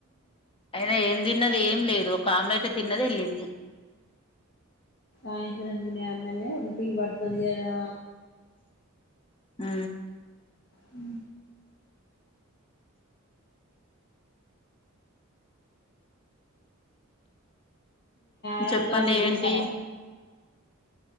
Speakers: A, on the left (about 25°); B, on the left (about 55°).
A: అయినా ఏం తిన్నది ఏం లేదు ఒక ఆమ్లట్ తిన్నది వెళ్ళింది
B: సాయంద్ర దినే అన్ననేే ఉపికి పడుతుది అదా
A: హ
B: హ ారళగావర
A: చెప్పండి
B: వెళ్ళారా
A: ఏంటి